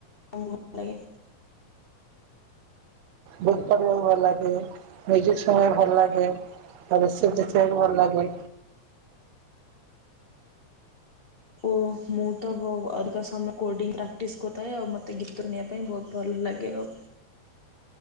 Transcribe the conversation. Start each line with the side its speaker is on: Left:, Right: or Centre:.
Left: କାମ ଭଲ ଲାଗେ।
Right: ବୁକ୍ ପଢ଼ିବାକୁ ଭଲ ଲାଗେ ମ୍ୟୁଜିକ୍ ଶୁଣିବାକୁ ଭଲ ଲାଗେ ତା ରେସିପି ଦେଖିବାକୁ ଭଲ ଲାଗେ।
Left: ଓ ମୁଁ ତ ଅଧିକା ସମୟ କୋଡ଼ିଙ୍ଗ ପ୍ରାକ୍ଟିସ୍ କରିଥାଏ ଆଉ ମୋତେ ଗୀତ ଶୁଣିବା ପାଇଁ ବହୁତ୍ ଭଲ ଲାଗେ ଆଉ